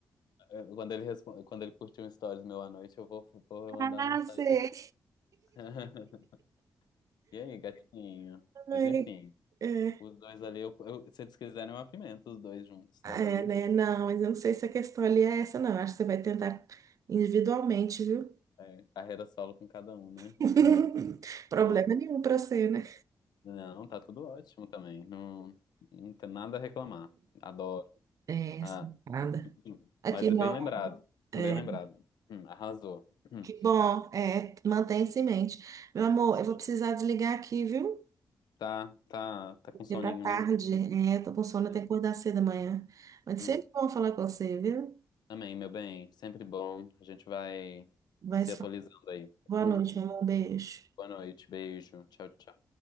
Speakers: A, on the left; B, on the right.
A: é, quando ele, respo- quando ele curtiu um stories meu à noite, eu vou, vou mandar
B: Ah,
A: mensagem.
B: sei.
A: <laughs> E aí, gatinho? Mas
B: Ai,
A: enfim,
B: é,
A: os dois ali, eu, eu- se eles quiserem, eu apimento os dois juntos
B: é,
A: também.
B: né? Não, mas eu não sei se a questão ali é essa, não. Acho que você vai tentar individualmente, viu?
A: É, carreira solo com cada um, né?
B: <laughs>
A: <clears throat>
B: Problema
A: Ah,
B: nenhum pra você, né?
A: não, tá tudo ótimo também, não, não tem nada a reclamar. Adoro.
B: É, essa,
A: Ah,
B: nada.
A: hum, hum, hum.
B: Aqui,
A: mas é
B: meu
A: bem
B: amor,
A: lembrado.
B: é,
A: Bem lembrado. Hum, arrasou. Hum,
B: que bom, é, mantém-se em mente. Meu amor,
A: sim.
B: eu vou precisar desligar aqui, viu?
A: Tá, tá, tá
B: Porque
A: com soninho,
B: tá tarde,
A: né? Hum,
B: é, tô com sono, eu
A: é.
B: tenho que acordar cedo amanhã. Mas
A: Hum.
B: sempre bom falar com você, viu?
A: Amém, meu bem. Sempre bom. A gente vai
B: Vai
A: se
B: se
A: atualizando
B: falar.
A: aí.
B: Boa
A: Hum.
B: noite, meu amor. Um Beijo.
A: Boa noite. Beijo. Tchau, tchau.